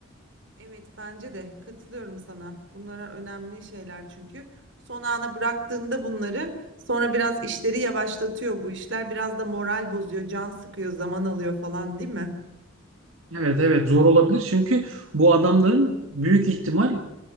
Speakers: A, on the right (about 60°); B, on the right (about 85°).
A: Evet bence de katılıyorum sana. Bunlara önemli şeyler çünkü son ana bıraktığında bunları sonra biraz işleri yavaşlatıyor bu işler. Biraz da moral bozuyor, can sıkıyor, zaman alıyor falan değil mi?
B: Evet evet zor olabilir çünkü bu adamların büyük ihtimal